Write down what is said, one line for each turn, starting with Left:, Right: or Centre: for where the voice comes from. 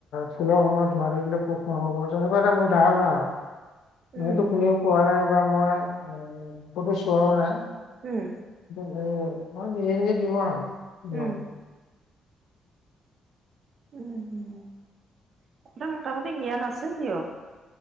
Left: ফুলৰ সময়ত ধোঁৱাটো দিলে পোক নহ'ব তেনেকুৱা এটা মোৰ ধাৰণা আৰু।
Right: উম,
Left: মইটো
Right: উম,
Left: কোনেও কোৱা নাই। বা মই উ, কতো চোৱাও নাই।
Right: উম।
Left: উম, মই নিজে নিজে দিও আৰু।
Right: উম,
Left: নোৱাৰো।
Right: উম হুম, হুম আপোনাৰ মোটামুটি জ্ঞান আছে দিয়ক,